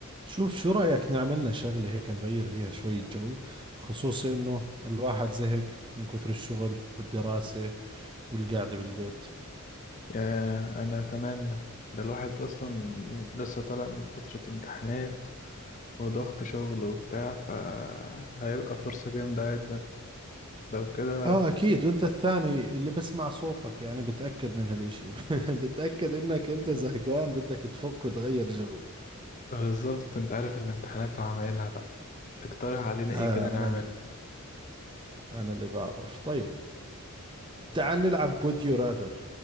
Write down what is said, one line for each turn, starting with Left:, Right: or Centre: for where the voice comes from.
Right: شوف شو رأيك نعملنا شغلة هيك نغير فيها شوية جو خصوصي إنه الواحد زهق من كثر الشغل والدراسة والقعدة بالبيت
Left: ياه أنا أتمنى ده الواحد أصلا لسه طالع من فترة امتحانات وضغط شغل وبتاع فهيبقى فرصة جامدة جدا لو كده
Right: آه أكيد وأنت الثاني اللي بسمع صوتك يعني بتأكد من هالإشي <laughs> بتأكد إنك أنت زهقان بدك تفك وتغير جو
Left: بالظبط أنت عارف الامتحانات وعمايلها بقى تقترح علينا إيه
Right: آه
Left: كده نعمله
Right: أنا ال- أنا اللي بعرف طيب تعال نلعب Would You Rather